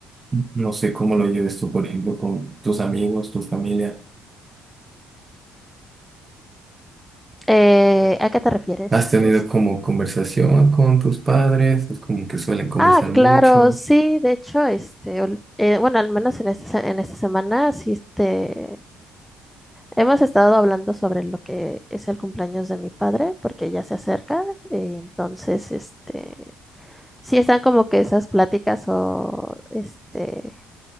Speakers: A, on the right; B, in the centre.
A: No sé cómo lo lleves tú, por ejemplo, con tus amigos, tu familia.
B: Eh, ¿a qué te refieres?
A: ¿Has tenido
B: Es-
A: como conversación con tus padres? Es como que suelen conversar
B: Ah, claro,
A: mucho.
B: sí, de hecho, este, ul- eh, bueno, al menos en esta, se- en esta semana, sí, este, hemos estado hablando sobre lo que es el cumpleaños de mi padre, porque ya se acerca, eh, entonces, este, sí están como que esas pláticas o, este,